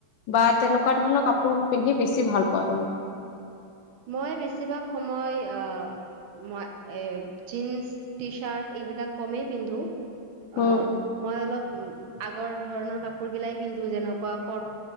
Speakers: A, on the left; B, on the right.
A: বা তেনেকুৱা ধৰণৰ কাপোৰবোৰ পিন্ধি বেছি ভাল পোৱা তুমি।
B: মই বেছিভাগ সময় আহ মই এ জিনন্স টি চাৰ্ট এইবিলাক কমেই পিন্ধো
A: উম।
B: আহ মই অলপ উ আগৰ ধৰণৰ কাপোৰ গিলাই পিন্ধো যেনেকুৱা ক অ',